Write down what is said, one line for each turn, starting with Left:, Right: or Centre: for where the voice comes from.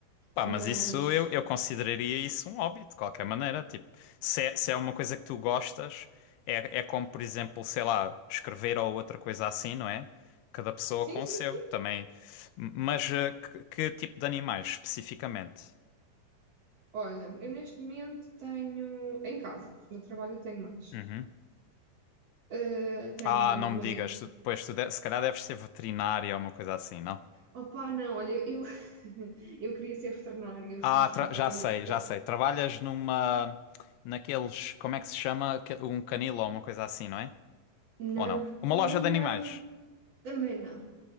Left: Pá,
Right: mas
Left: mas isso eu, eu consideraria isso um hobby, de qualquer maneira. Tipo, se é, se é uma coisa que tu gostas, é, é como, por exemplo, sei lá, escrever ou outra coisa assim, não é? Cada pessoa
Right: sim,
Left: com o
Right: sim,
Left: seu
Right: sim.
Left: também. M- Mas eh, que, que tipo de animais especificamente?
Right: Olha, eu neste momento tenho, em casa, porque no trabalho eu tenho mais,
Left: Uhum.
Right: Eh, tenho
Left: Ah, não
Right: uma
Left: me digas,
Right: gatinha,
Left: tu, pois tu de- se calhar deves ser veterinária ou uma coisa assim, não?
Right: opá, não, olha, eu, <laughs> eu queria ser veterinária, eu fiz
Left: Ah, tra-
Right: tipo
Left: já
Right: até,
Left: sei,
Right: o-
Left: já sei. Trabalhas numa, naqueles, como é que se chama? Que- Um canil ou uma coisa assim, não é?
Right: não,
Left: Ou não? Uma
Right: também
Left: loja de
Right: não,
Left: animais.
Right: também não.